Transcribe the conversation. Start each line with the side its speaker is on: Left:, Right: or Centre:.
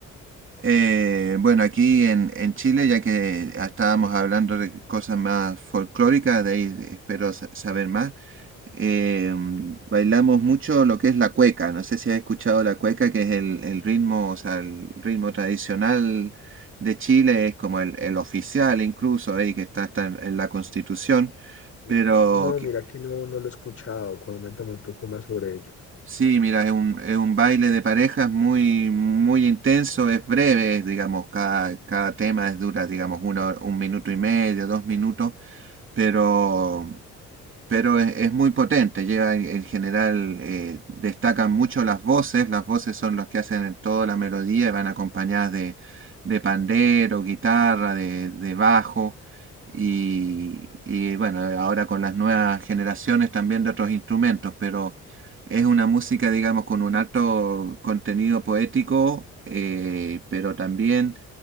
Right: Eh, bueno, aquí en, en Chile, ya que estábamos hablando de cosas más folclóricas, de ahí espero sa- saber más, eh, mm, bailamos mucho lo que es la cueca. No sé si has escuchado la cueca, que es el, el ritmo, o sea, el ritmo tradicional de Chile, es como el, el oficial incluso, ahí que está, está en en la Constitución,
Left: Mm,
Right: pero
Left: No,
Right: que-
Left: mira que no, no lo he escuchado. Coméntame un poco más sobre ello.
Right: Sí, mira, es un, es un baile de parejas muy, muy intenso, es breve, digamos, cada, cada tema es dura, digamos, uno, un minuto y medio, dos minutos, pero pero es, es muy potente. Lleva en, en general, eh, destacan mucho las voces. Las voces son los que hacen toda la melodía y van acompañadas de, de pandero, guitarra, de, de bajo. Y, y bueno, ahora con las nuevas generaciones también de otros instrumentos, pero es una música, digamos, con un alto contenido poético, eh, pero también